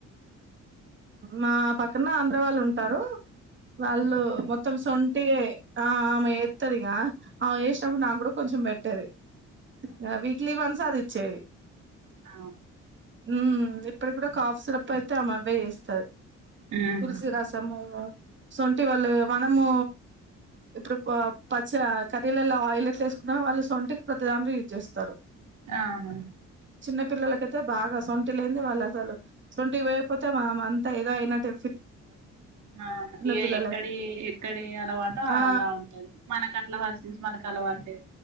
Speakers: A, on the right; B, on the right.
A: మా ప క్కన అంధ్ర వాళ్ళు ఉంటారు వాళ్ళు మొత్తం సొంటి ఆ ఆమె ఏత్తదిగా ఆమె జేసినప్పుడు నాకు కూడా కొంచెం బెట్ ట్టది ఆ వీక్లీ వన్స్ అదిచ్చేయ్
B: ఆ
A: ఊ ఇప్పుడు కూడా కాఫ్ సిరప్ప అయితే ఆమె అవ్వే ఏస్తా
B: ఉహు
A: తులసి రసమూ సొంటి వళ్ళు మనము ఇప్పుడు ప పచ్చ కర్రీలల్లా ఆయిల్ ఎట్లేస్కుంటామో వాళ్ళు సోంటి ప్రతిదాంట్లో యూస్ చేస్తారు
B: ఆహా
A: చిన్న పిల్లలకైతే బాగా టు లేంది వాళ్ళసలు సొంటి వేయికపోతే ఆమో అన్ త ఏదో ఐనట్టు
B: ఆ ఏ
A: పిల్లలకి
B: ఎక్కడి ఎక్కడి అలవాటు
A: ఆ
B: అలా ఉంటది మనకు అట్లా <unintelligible> మనకు టలవాట్లే